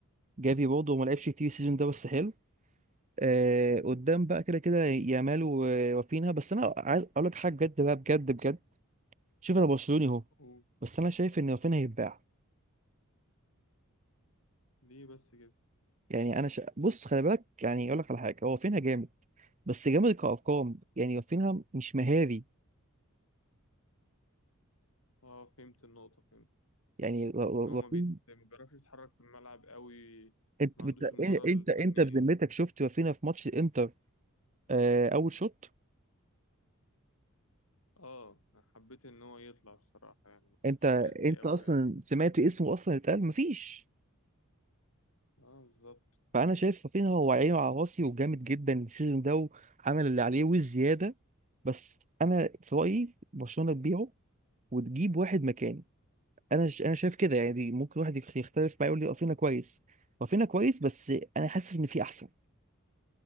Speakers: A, on the right; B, on the left.
A: جافي برضه ما لعبش كتير السيزون ده بس حلو آه... قدام بقى كده كده يامال ورافينها بس أنا عايز أقول لك حاجة بجد بقى بجد بجد شوف أنا برشلوني أهو
B: حاجه
A: بس أنا شايف إن رافينها هيتباع
B: ليه بس كده
A: يعني أنا شا... بص خلي بالك يعني أقول لك على حاجة هو رافينها جامد بس جامد كأرقام يعني رافينها مش مهاري
B: اه فهمت النقطة فهمت
A: يعني ر- ر-
B: ان هو
A: رافين
B: ما بيت- ما بيعرفش يتحرك في الملعب قوي
A: انت
B: ما عندوش
A: بت... ايه،
B: المهارة الفنية
A: انت انت بذمتك
B: يعني
A: شفت رافينها في ماتش الانتر آه اول شوط
B: اه أنا حبيت ان هو يطلع الصراحة يعني ما
A: انت
B: كانش مأدي
A: انت
B: قوي
A: اصلا
B: يعني
A: سمعت اسمه اصلا اتقال مفيش
B: اه بالظبط
A: فانا شايف رافينها هو عينه على راسي وجامد جدا السيزون ده وعمل اللي عليه والزياده بس انا في رايي برشلونه تبيعه وتجيب واحد مكانه انا ش... انا شايف كده يعني دي ممكن واحد يخ- يختلف معايا يقول لي رافينها كويس رافينها كويس بس انا حاسس ان في احسن